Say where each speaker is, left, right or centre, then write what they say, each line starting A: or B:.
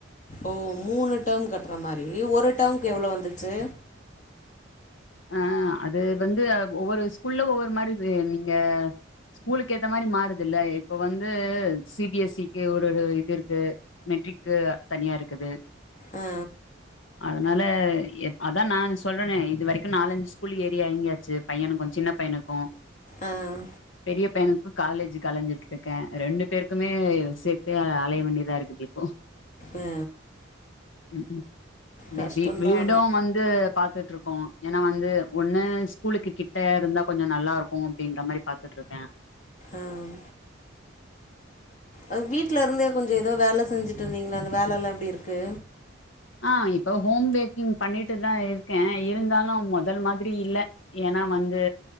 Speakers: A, on the left; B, on the left.
A: ஓ மூணு டெர்ம் கட்ற மாரி ஒரு டெர்ம்க்கு எவ்ளோ வந்துச்சு
B: ஆ அது வந்து அ ஒவ்வொரு ஸ்கூல்ல ஒவ்வொரு மாரி இது நீங்க ஸ்கூலுக்கு ஏத்த மாரி மாறுதுல்ல இப்ப வந்து சி பி எஸ் சி க்கு ஒரு இது இருக்கு மெட்ரிக்கு தனியா இருக்குது
A: ஆ
B: அதனால எ அதா நானு சொல்றனே இது வரைக்கு நாலஞ்சு ஸ் <unintelligible> எறங்கியாச்சு பையனுக்கு சின்ன பையனுக்கு
A: ஆ
B: பெரிய பையனுக்கு காலேஜுக்கு அலைஞ்சிட்ருக்கே ரெண்டு பேருக்குமே சேத்தே அலைய வேண்டியதா இருக்குது இப்போ
A: ஆ
B: ம் ம் மேபி
A: கஷ்டந்தா
B: வீடும்
A: ஆனா
B: வந்து பாத்துட்ருக்கோம் ஏன்னா வந்து ஒண்ணு ஸ்கூலுக்கு கிட்ட இருந்தா கொஞ்சோ நல்லா இருக்கு அப்டின்ற மாரி பாத்துட்ருக்கே
A: ஆ அது வீட்ல இருந்தே கொஞ்சோ ஏதோ வேல செஞ்சுட் ட்டிருந்தீங்களே அந்த வேலலா எப்டி இருக்கு
B: ஆ இப்போ ஹோம் பேக்கிங் பண்ணிட்டுதா இருக்கே இருந்தாலு மொதல் மாதிரி இல்ல ஏன்னா வந்து